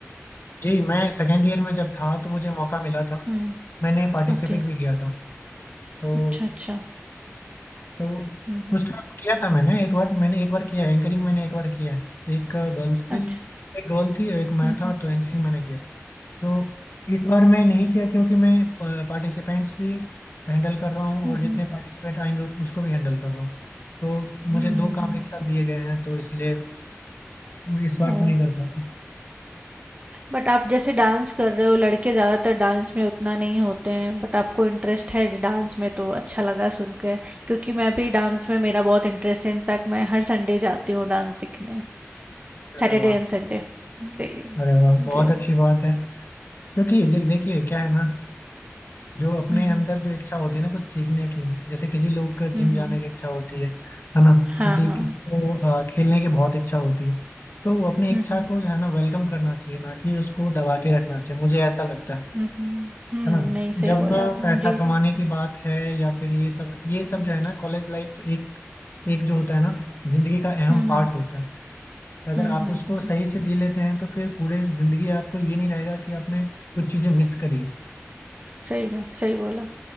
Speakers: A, on the left; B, on the right.
A: जी मैं सेकेंड ईयर में जब था तो मुझे मौका मिला था
B: हम्म
A: मैंने पार्टिसिपेट
B: ओके
A: भी किया था तो
B: अच्छा अच्छा
A: तो
B: हम्म हम्म,
A: उस टाइम किया था मैंने एक बार मैंने एक बार किया है एंकरिंग मैंने एक बार किया है एक गर्ल्स थी
B: अच्छा
A: एक गर्ल थी एक मैं
B: हम्म
A: था
B: हम्म
A: तो एंकरिंग मैंने किया तो इस बार मैं नहीं किया क्योंकि मैं पार्टिसिपेंट्स भी हैंडल कर रहा हूँ
B: हम्म
A: और जितने
B: हम्म
A: पार्टिसिपेंट आएंगे उस- उसको भी हैंडल कर रहा हूँ तो मुझे
B: हम्म हम्म,
A: दो
B: हम्म,
A: काम एक साथ दिए गए हैं तो इसलिए मैं इस बार
B: ओ
A: तो नहीं कर पाया
B: बट आप जैसे डांस कर रहे हो लड़के ज़्यादातर डांस में उतना नहीं होते हैं बट आपको इंटरेस्ट है डांस में तो अच्छा लगा सुन के क्योंकि मैं भी डांस में मेरा बहुत इंटरेस्ट है इनफैक्ट मैं हर संडे जाती हूँ डांस सीखने
A: अरे
B: सैटरडे
A: वाह
B: एंड संडे डेली
A: अरे वाह बहुत
B: जी
A: अच्छी बात है क्योंकि जे- देखिए क्या है ना जो अपने
B: हम्म
A: अंदर
B: हम्म
A: जो इच्छा होती है ना कुछ सीखने की जैसे किसी लोग का
B: हम्म
A: जिम जाने
B: हम्म,
A: की इच्छा होती है है ना
B: हाँ
A: किसी
B: हाँ
A: किसी को अ, खेलने की बहुत इच्छा होती है तो वो अपनी
B: हम्म
A: इच्छा
B: हम्म
A: को जो है ना वेलकम करना चाहिए ना कि उसको दबा के रखना चाहिए मुझे ऐसा लगता है
B: हम्म हम्म हम्म,
A: है ना
B: नहीं सही
A: जब
B: बोला
A: अ,
B: आपने
A: पैसा
B: जी
A: कमाने
B: जी
A: की बात है या फिर ये सब ये सब
B: हम्म
A: जो है ना कॉलेज लाइफ एक एक जो होता है ना जिंदगी का अहम
B: हम्म
A: पार्ट होता है तो अगर
B: हम्म
A: आप
B: हम्म
A: उसको
B: हम्म
A: सही से जी लेते हैं तो फिर पूरे जिंदगी आपको ये नहीं रहेगा कि आपने कुछ चीजें मिस करी हैं।
B: सही में सही बोला